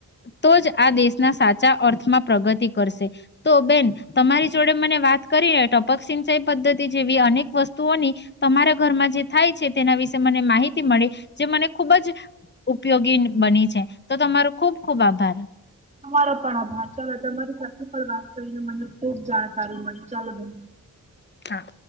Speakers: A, on the left; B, on the right.
A: તો જ આ દેશના સાચા અર્થમાં પ્રગતિ કરશે તો બેન તમારી જોડે મને વાત કરીને ટપક સિંચાઈ પદ્ધતિ જેવી અનેક વસ્તુઓની તમારા ઘરમાં જે થાય છે તેના વિશે મને માહિતી મળી જે મને ખુબ જ ઉપયોગી બની છે તો તમારો ખુબ ખુબ આભાર
B: તમારો પણ આભાર ચાલ તમારી સાથે વાત કરી મને ખૂબ જાણકારી મને ચાલ બેન
A: હા